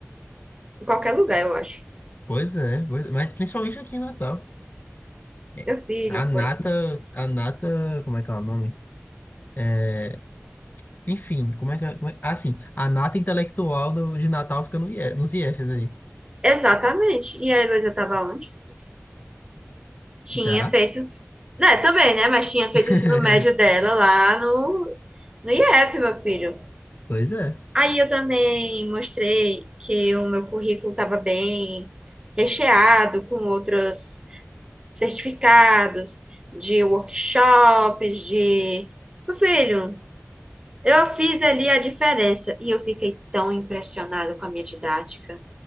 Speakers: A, on the right; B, on the left.
A: em qualquer lugar, eu acho.
B: Pois é, pois é, mas principalmente aqui em Natal. É,
A: Meu filho,
B: A
A: foi.
B: nata, a nata, como é que é o nome? É, enfim, como é que é? como é- Ah, sim, a nata intelectual do, de Natal fica no IE, nos IEFs aí.
A: Exatamente. E a Heloísa estava onde? Tinha
B: Será?
A: feito, né, também, né, mas tinha feito
B: <laughs>
A: o ensino médio dela lá no, no IF, meu filho.
B: Pois é.
A: Aí eu também mostrei que o meu currículo estava bem recheado com outros certificados de workshops, de... Meu filho, eu fiz ali a diferença e eu fiquei tão impressionada com a minha didática.